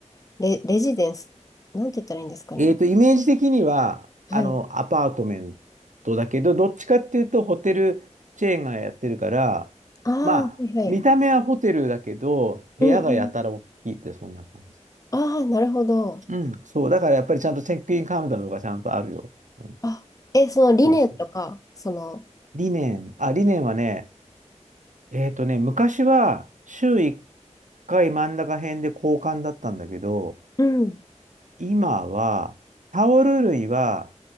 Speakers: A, on the left; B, on the right.
A: レ、レジデンス、なんて言ったらいいんですかね。
B: えっと、イメージ的には、
A: はい。
B: あの、アパートメントだけど、どっちかっていうと、ホテルチェーンがやってるから、
A: ああ、
B: まあ、
A: はいはい。
B: 見た目はホテルだけど、部屋がやたら大きいって、
A: うんうん。
B: そんな感じ。
A: ああ、なるほど。
B: うん。そう、だからやっぱりちゃんとチェックインカウンターとかちゃんとあるよ。うん。
A: あ、え、その理念とか、
B: そうそうそう
A: その、
B: 理念、あ、理念はね、えっとね、昔は週1回真ん中辺で交換だったんだけど、
A: うん。
B: 今はタオル類は